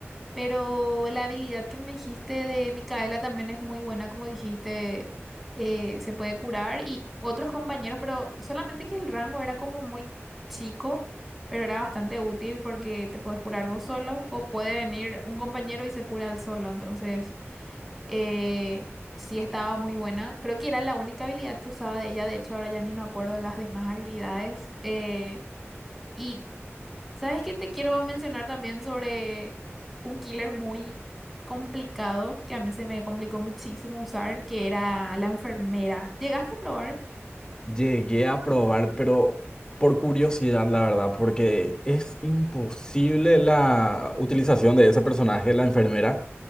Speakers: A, in the centre; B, on the left.
A: Pero la habilidad que me dijiste de Micaela también es muy buena, como dijiste, eh, se puede curar y otros compañeros, pero solamente que el rango era como muy chico, pero era bastante útil porque te puedes curar vos solo o puede venir un compañero y se cura él solo. Entonces, eh, sí estaba muy buena. Creo que era la única habilidad que usaba de ella, de hecho ahora ya ni me acuerdo las demás habilidades. eh, y ¿Sabes qué te quiero mencionar también sobre un killer muy complicado que a mí se me complicó muchísimo usar, que era la enfermera? ¿Llegaste a probar?
B: Llegué a probar, pero por curiosidad, la verdad, porque es imposible la utilización de ese personaje, la enfermera.